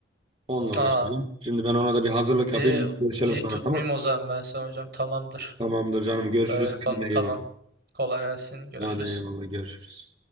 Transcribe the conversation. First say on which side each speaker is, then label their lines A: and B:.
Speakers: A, on the right; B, on the right.
A: Onunla
B: Aa,
A: uğraşacağım. Şimdi ben ona da bir hazırlık
B: iyi,
A: yapayım. Görüşelim
B: iyi
A: sonra
B: tutmayayım
A: tamam. mı?
B: o zaman ben sana hocam. Tamamdır.
A: Tamamdır canım. Görüşürüz.
B: Öyle yapalım.
A: Kendine iyi
B: Tamam.
A: bak.
B: Kolay gelsin. Görüşürüz.
A: Hadi eyvallah görüşürüz.